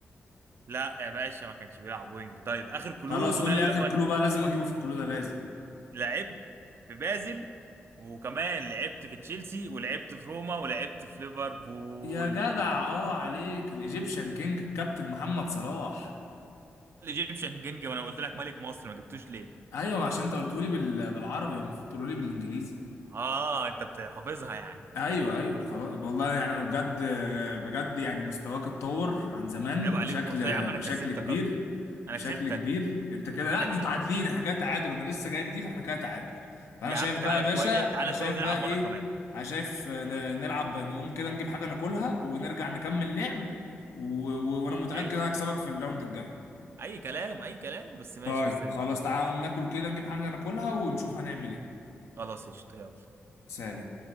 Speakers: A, on the right (about 60°); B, on the left (about 85°).
A: لا يا باشا ما كانش بيلعب وينج طيب اخر كلو
B: خلاص قول
A: ده اللي
B: لي اخر
A: هو
B: كلو بقى لازم اجيبه في الكلو ده لازم
A: لعبت في بازل وكمان لعبت في تشيلسي ولعبت في روما ولعبت في ليفربول
B: يا جدع اه عليك الايجيبشن كينج الكابتن محمد صلاح
A: الايجيبشن كينج ما انا قلت لك ملك مصر ما جبتوش ليه
B: ايوه عشان انت قلتولي بال... بالعربي هو المفروض تقولولي بالانجليزي
A: اه انت بت- حافظها يعني
B: ايوه ايوه خلاص والله يعني انا بجد بجد يعني مستواك اتطور عن زمان
A: عيب عليك
B: بشكل
A: بص يا عم انا
B: بشكل
A: كسبتك
B: كبير
A: اصلا انا
B: بشكل
A: كسبتك
B: كبير انت كده
A: انا
B: لا احنا
A: كسبتك
B: متعادلين احنا كده تعادل انا لسه جايب دي فاحنا كده تعادل فانا
A: يا
B: شايف
A: عم
B: بقى
A: تعالى
B: يا باشا
A: شويه تعالى
B: انا شايف
A: شويه ونلعب
B: بقى ايه
A: مره كمان
B: انا شايف ن- نلعب نقوم كده نجيب حاجه ناكلها ونرجع نكمل لعب و... و... وانا متاكد
A: ماشي
B: انا هكسبك في الراوند الجاي
A: اي كلام اي كلام بس ماشي
B: طيب
A: مستنيك
B: خلاص تعالى نقوم ناكل كده نجيب حاجه ناكلها ونشوف هنعمل ايه
A: خلاص قشطة يلا
B: سلام